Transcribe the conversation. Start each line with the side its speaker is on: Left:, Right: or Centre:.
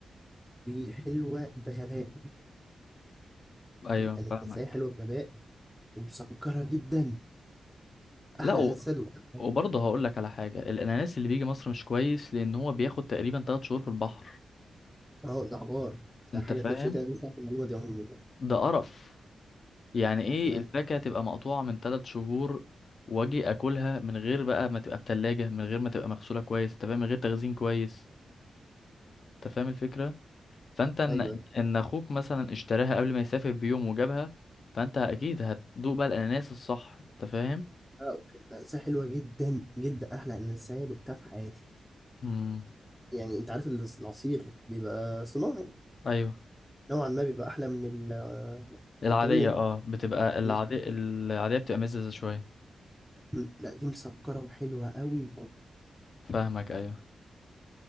Centre: وحلوة بغباء
Left: ايوه
Centre: الأناناسية
Left: فاهمك
Centre: حلوة بغباء ومسكرة جدا
Left: لا
Centre: احلى انسد وقتها في حياتي
Left: وبرضه هقول لك على حاجة الأناناس اللي بيجي مصر مش كويس لأن هو بياخد تقريبا تلات شهور في البحر
Centre: اه ده حوار ده
Left: أنت
Centre: حاجه
Left: فاهم
Centre: تتشتي انا مش عارف المعلومه دي عموما
Left: ده قرف يعني إيه
Centre: لا
Left: الفاكهة تبقى مقطوعة من تلات شهور وأجي أكلها من غير بقى ما تبقى في تلاجة من غير ما تبقى مغسولة كويس أنت فاهم من غير تخزين كويس أنت فاهم الفكرة فأنت إن
Centre: ايوه ايوه
Left: إن أخوك مثلا اشتراها قبل ما يسافر بيوم وجابها فأنت أكيد هتدوق بقى الأناناس الصح أنت فاهم
Centre: اه اوكي ده انسة حلوه جدا جدا احلى انسد وقتها في حياتي
Left: امم
Centre: يعني انت عارف ال- العصير بيبقى صناعي
Left: أيوه
Centre: نوعا ما بيبقى احلى من ال- آه،
Left: العادية
Centre: الطبيعي
Left: اه بتبقى العادية
Centre: م-
Left: العادية بتبقى مززة شوية
Centre: م- لا دي مسكره وحلوه قوي
Left: فاهمك أيوه